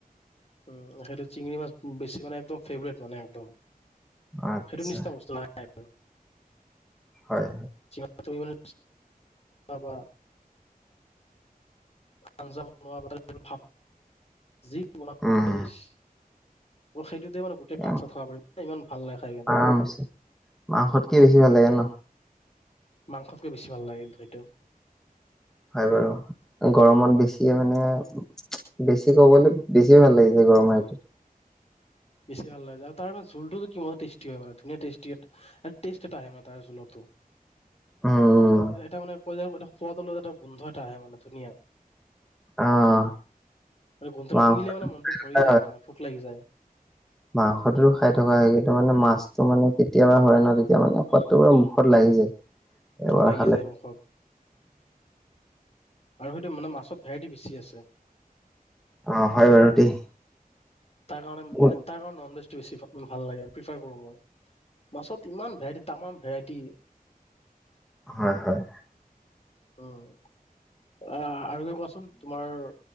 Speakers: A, on the left (about 45°); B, in the centre.
A: উম', সেইটো চিঙৰি মাছ বেছি মানে একদম ফেভৰেট মানে একদম।
B: আচ্ছা
A: সেইটো নিচনা বস্তু নাই।
B: হয়।
A: চি চ বন বা আঞ্জা বন চ যি বন
B: উম
A: <unintelligible> সেইটো দিয়ে মানে গোটেই
B: এ
A: ভাত চাত খাব পাৰিব নানে ইমান ভাল নাই খাই কিনে।
B: আৰামছে মাংসতকে বেছি ভাল লাগে ন
A: মাংসতকৈ বেছি ভাল লাগে দইটো।
B: হয় বাৰু গৰমত বেছিয় মানে বেছি কবলৈ বেছি ভাল লাগিছে গৰমৰ সেইটো।
A: বেছি ভাল লাগে আৰু তাৰ মানে ঝুলটোতটো কিমান টেষ্টি হয় মানে ধুনীয়া ষ্টেষ্ট এটা আহে মে তাৰে জোলতো।
B: উম
A: এটা মানে ক য ক <unintelligible> খোৱাদল এটা গোন্ধ এটা আহে মানে ধুনীয়া।
B: আহ
A: আৰু গোন্টাটো
B: মাংস
A: শুঙিলে মানে মনটো ভৰি
B: হয়
A: যায় মানে ভোক লাগি যায়।
B: মাংসটো খাই থকা হয় কিন্তু মানে মাছটো মানে কেতিয়াবা হয় ন তেতিয়া মানে সোৱাদটো পৰা মুখত লাগি যায়। এবাৰ
A: লাগি
B: খালে
A: যায় মুখত আৰু সেইটো মানে মাছত ভেৰাইটি বেছি আছে।
B: অ হয় বাৰু দেই
A: তাৰ কাৰণে মানে
B: উম
A: তাৰ কাৰণে ননভেজ টো বেছি ভাল লাগে প্ৰিফাৰ কৰো মই। মাছত ইমান ভেৰাইটি তামাম ভেৰাইটি তি
B: হয় হয়
A: উ অ আৰু কে কোৱাচোন তোমাৰ